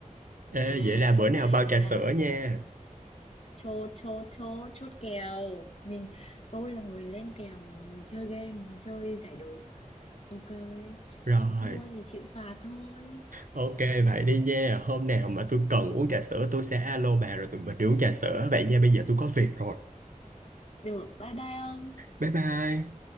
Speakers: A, on the right; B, on the left.
A: Ê,
B: à
A: vậy là bữa
B: hôm
A: nào
B: nay
A: bao
B: thế
A: trà
B: là
A: sữa nha.
B: chốt chốt chốt chốt kèo mình tôi là người lên kèo chơi game chơi giải đố mà ok
A: Rồi,
B: có thua thì chịu phạt thôi
A: ok vậy đi nha. Hôm nào mà tôi cần uống trà sữa tôi sẽ alo bà rồi tụi mình đi uống trà sữa. Vậy nha, bây giờ tôi có việc rồi.
B: được bye bye ông
A: Bye bye.